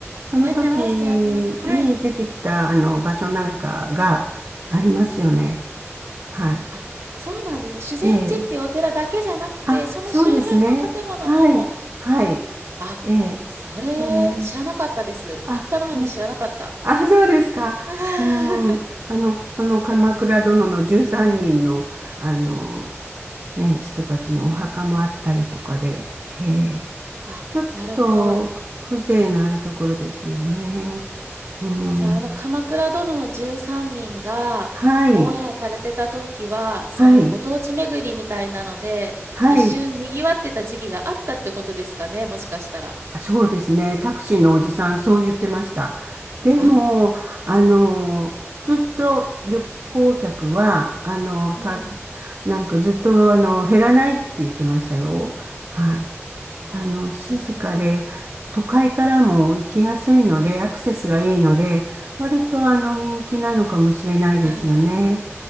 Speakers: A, on the right (about 50°); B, on the right (about 65°).
A: その時に出てきた、
B: やってましたやってました。はい。
A: あの、場所なんかがありますよね。はい。
B: あ、そうなんですね。修善寺っていうお寺だけじゃなくて、
A: ええ。あ、
B: その周辺の建物も
A: そうですね。はい。はい。
B: あ、
A: ええ、
B: それ知らなかったです。
A: そうです。あ、
B: 行ったのに知らなかった。
A: そう、あ、そうですか。
B: <laughs>
A: うん。あの、その鎌倉殿の13人の、あの、ね、人たちのお墓もあったりとかで、
B: うん。
A: ええ、
B: あ、
A: ちょっと風情のあるところですよね。
B: なるほど。
A: うん。
B: じゃあ、あの「鎌倉殿の13人」がオンエアされてた時は、
A: はい、
B: そのご当地巡りみたいなので、
A: はい、はい。
B: 一瞬賑わってた時期があったってことですかね、もしかしたら。
A: あそうですね。タクシーのおじさん、そう言ってました。でも、
B: あ、
A: あの、ずっと旅行客は、あの、た、
B: うん。
A: なんかずっと、あの、減らないって言ってましたよ。はい。
B: ああ、
A: あの、静かで、
B: じゃ、もう本当か。
A: 都会からも行きやすいので、
B: うん。
A: アクセスがいいので、割とあの人気なのかもしれないですよね。
B: はい。